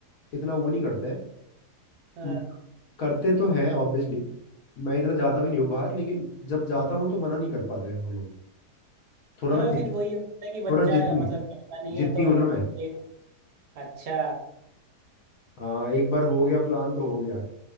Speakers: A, on the left; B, on the right.
A: इतना वो नहीं करते हैं
B: हाँ
A: मतलब करते तो हैं ऑब्वियसली मैं इतना जाता भी नहीं हूँ बाहर लेकिन जब जाता हूँ तो मना नहीं कर पाते हैं वो लोग थोड़ा
B: हाँ
A: मैं जिद-
B: फिर वही होता है कि बच्चा
A: थोड़ा जिद्दी
B: मतलब जाता नहीं
A: जिद्दी
B: है तो
A: हूँ ना मैं
B: एक अच्छा
A: हाँ एक बार हो गया प्लान तो हो गया